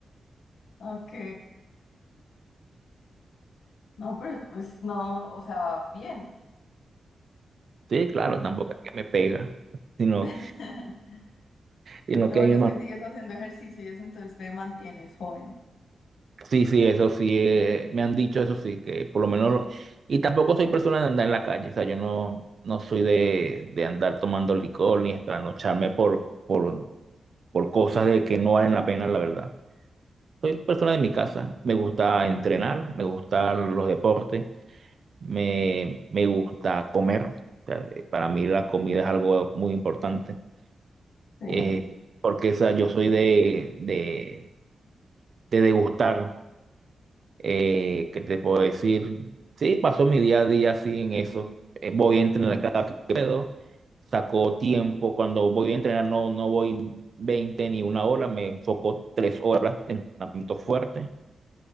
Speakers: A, on the left; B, on the right.
A: ok. No, pero pues no, o sea, bien.
B: Sí, claro,
A: Mm.
B: tampoco es que me pega, sino,
A: <laughs>
B: sino
A: Lo
B: que
A: bueno
B: hay
A: es que sigues haciendo ejercicio y eso, entonces te mantienes joven.
B: Sí, sí, eso sí, eh, me han dicho eso sí, que por lo menos, y tampoco soy persona de andar en la calle, o sea, yo no, no soy de, de andar tomando licor ni trasnocharme por, por, por cosas de que no valen la pena, la verdad. Soy persona de mi casa, me gusta entrenar, me gustan los deportes, me, me gusta comer, o sea, eh, para mí la comida es algo muy importante,
A: Sí.
B: eh, porque o sea, yo soy de, de, de degustar. Eh, ¿qué te puedo decir? Sí, paso mi día a día así en eso. Eh, voy a entrenar cada que puedo. Saco tiempo. Cuando voy a entrenar no, no voy 20 ni una hora. Me enfoco tres horas de entrenamiento fuerte.